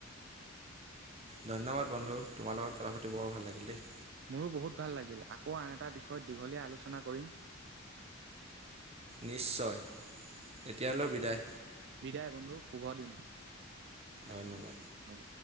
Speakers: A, on the right; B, on the right.
A: ধন্যবাদ বন্ধু তোমাৰ লগত কথা পাতি বৰ ভাল লাগিল দেই।
B: মোৰো বহুত ভাল লাগিল। আকৌ আন এটা বিষয়ত দীঘলীয়া আলোচনা কৰিম।
A: নিশ্চয়, এতিয়ালৈ বিদায়।
B: বিদায় বন্ধু, শুভদিন। তাকে,
A: ধন্যবাদ
B: হ'ব।